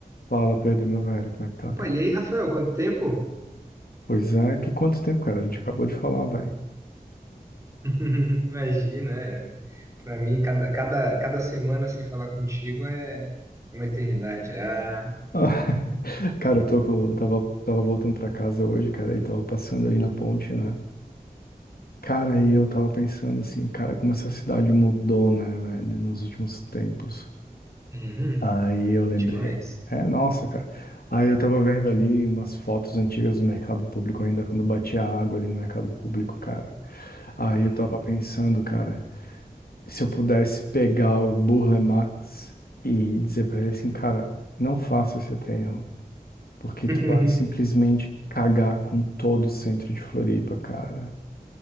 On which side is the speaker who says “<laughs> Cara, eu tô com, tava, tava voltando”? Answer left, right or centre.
Left